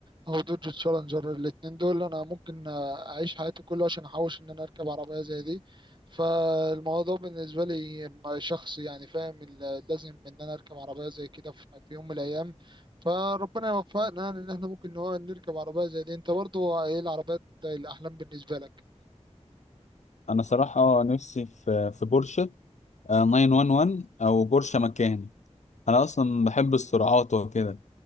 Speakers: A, on the right; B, on the left.
A: او دوج تشالنجر الاتنين دول انا ممكن اعيش حياتي كلها عشان احوش ان انا اركب عربية زي دي فالموضوع بالنسبة لي شخصي يعني فاهم ال- لازم ان انا اركب عربية زي كده في في يوم من الايام فربنا يوفقنا يعني ان احنا ممكن نوع- نركب عربية زي دي انت برضو ايه العربيات الاحلام بالنسبة لك
B: انا صراحة نفسي في في بورشة آه، 911 او بورشة مكان انا اصلا بحب السرعات وكده